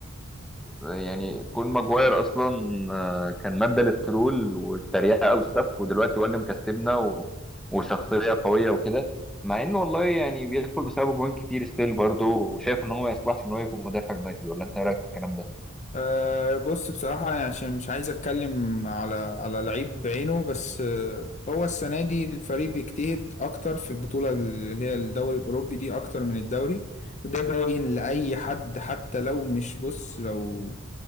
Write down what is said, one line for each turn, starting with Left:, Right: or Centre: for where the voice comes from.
Centre: يعني كون ماجواير اصلا آه، كان ماده للترول والتريقه والسف ودلوقتي هو اللي مكسبنا و... وشخصيه قويه وكده مع انه والله يعني بيدخل بسببه جوان كتير ستيل برضه وشايف ان هو ما يصلحش ان هو يكون مدافع اليونايتد ولا انت إيه رايك الكلام ده
Left: أه بص بصراحة يعني عشان مش عايز أتكلم على على لعيب بعينه بس أه هو السنة دي الفريق بيجتهد أكتر في البطولة اللي هي الدوري الأوروبي دي أكتر من الدوري وده باين لأي حد حتى لو مش بص لو